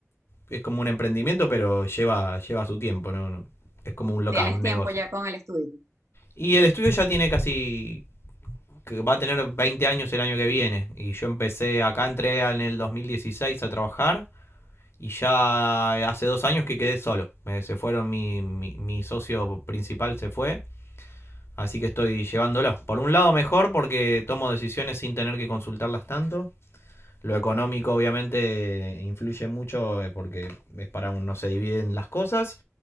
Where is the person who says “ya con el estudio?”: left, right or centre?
Right